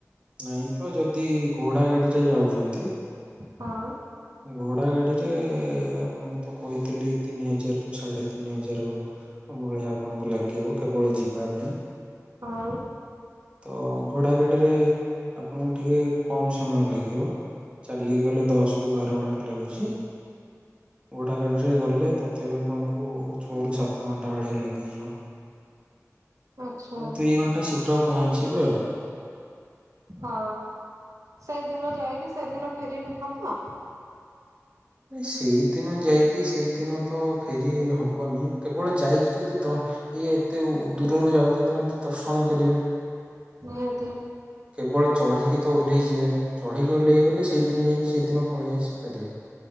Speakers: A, on the right; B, on the right.
A: ନାଇଁ ତ ଯଦି ଘୋଡା ଗାଡିରେ ଯାଉଚନ୍ତି
B: ହଁ।
A: ଘୋଡା ଗାଡିରେ ଆପଣଙ୍କୁ ତ କହିଥିଲି ତିନି ହଜାର ରୁ ସାଢେ ତିନି ହଜାର ହବ। ଭଳିଆ ଆପଣଙ୍କୁ ଲାଗିବି କେବଳ ଯିବା ପାଇଁ
B: ହଁ
A: ତ ଘୋଡ଼ା ଗାଡ଼ିରେ ଆପଣଙ୍କୁ ଟିକେ କମ୍ ସମୟ ଲାଗିବ ଚାଲିକି ଗଲେ ଦଶ ବାର ଘଣ୍ଟା ଲାଗୁଚି ଘୋଡ଼ା ଗାଡ଼ିରେ ଗଲେ ତଥାଵି ଆପଣଙ୍କୁ ଛଅ ରୁ ସାତ ଘଣ୍ଟା ଭଳିଆ ଲାଗିଯିବ।
B: ଆଚ୍ଛା।
A: ଆଉ ଦୁଇ ଘଣ୍ଟା ଶୀଘ୍ର ପହଞ୍ଚିବେ ଆଉ।
B: ହଁ ସେଇଦିନ ଯାଇକି ସେଇଦିନ ଫେରିବି ହବ?
A: ସେଇଦିନ ଯାଇକି ସେଇଦିନ ତ ଫେରି ହବନି କେବଳ ଯାଇକି ଯଦି ଦ ଇଏ ଏତେ ଦୂରରୁ ଯାଉଛନ୍ତି ମାନେ ତ ଦର୍ଶନ କରିବା।
B: ନିହାତି।
A: କେବଳ ଚଢି଼କି ତ ଓହ୍ଲେଇ ଯିବେନି ଚଢି଼କି ଓହ୍ଲେଇ ଗଲେ ସେଇଦିନ ଯାଇକି ସେଇଦିନ ପଳେଇ ଆସି ପାରିବେ